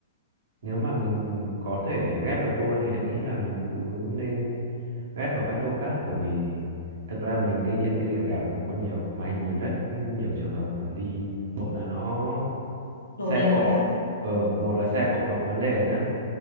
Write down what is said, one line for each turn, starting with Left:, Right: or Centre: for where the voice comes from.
Right: nếu mà mình có thể ghép được tour thì anh nghĩ là mình cứ nên ghép vào các tour khác bởi vì thực ra mình kinh nghiệm đi được đèo mình không có nhiều mà anh nhìn rất nhiều trường hợp mà đi một là nó
Left: đổ
Right: xe
Left: đèo
Right: cộ
Left: đấy á
Right: ờ một là xe cộ nó có vấn đề nhá